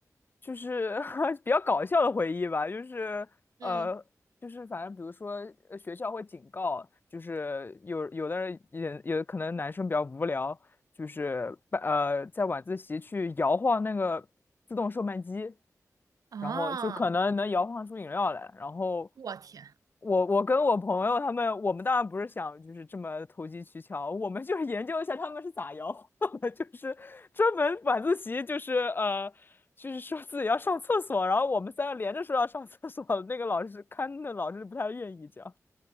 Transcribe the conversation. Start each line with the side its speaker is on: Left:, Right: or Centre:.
Left: 就是 <laughs> 比较搞笑的回忆吧，就是呃，
Right: 嗯
Left: 就是反正比如说呃学校会警告，就是有有的人也有可能男生比较无聊，就是呃在晚自习去摇晃那个自动售卖机，
Right: 啊，
Left: 然后就可能能摇晃出饮料来。然后
Right: 我天
Left: 我我跟我朋友他们，我们当然不是想就是这么投机取巧，我们就是研究一下他们是咋摇晃的，<laughs> 就是专门晚自习就是呃。就是说自己要上厕所，然后我们三个连着说要上厕所，那个老师看的老师不太愿意这样。